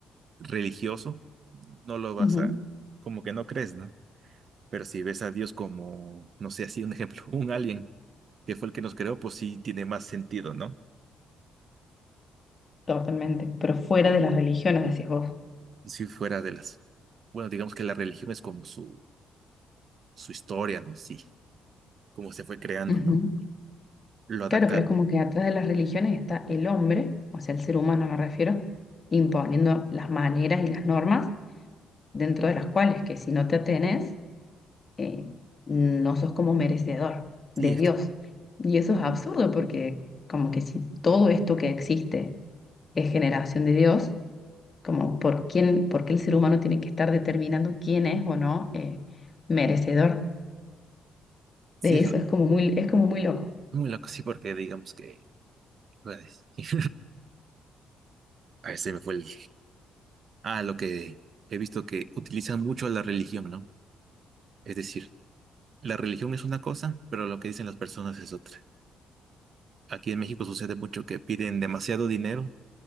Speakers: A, on the right (about 55°); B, on the left (about 35°).
A: religioso, no lo vas
B: ujú,
A: a, como que no crees, ¿no? Pero si ves a Dios como, no sé, así un ejemplo, <laughs> un alien que fue el que nos creó, pues sí tiene más sentido, ¿no?
B: Totalmente, pero fuera de las religiones, decís vos.
A: Si fuera de las, bueno, digamos que la religión es como su, su historia, ¿no? Sí, cómo se fue creando,
B: ujú.
A: ¿no? Lo adaptaron.
B: Claro, pero es como que atrás de las religiones está el hombre, o sea, el ser humano me refiero, imponiendo las maneras y las normas dentro de las cuales que si no te atenes, eh, no sos como merecedor
A: Sí,
B: de
A: es
B: Dios.
A: que
B: Y eso es absurdo porque como que si todo esto que existe es generación de Dios, como por quién, por qué el ser humano tiene que estar determinando quién es o no eh, merecedor
A: sí,
B: de
A: es
B: eso,
A: lo,
B: es como muy, es como muy loco.
A: Muy loco, sí, porque digamos que... ¿qué <laughs> a decir? ver, se me fue el... Ah, lo que he visto que utilizan mucho la religión, ¿no? Es decir, la religión es una cosa, pero lo que dicen las personas es otra. Aquí en México sucede mucho que piden demasiado dinero,